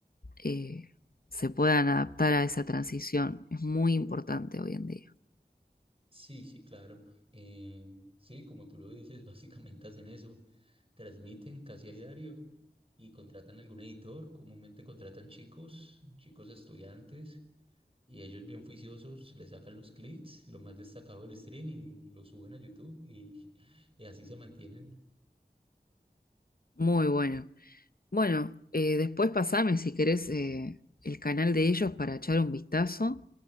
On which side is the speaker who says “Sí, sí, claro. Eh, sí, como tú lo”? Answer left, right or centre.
Right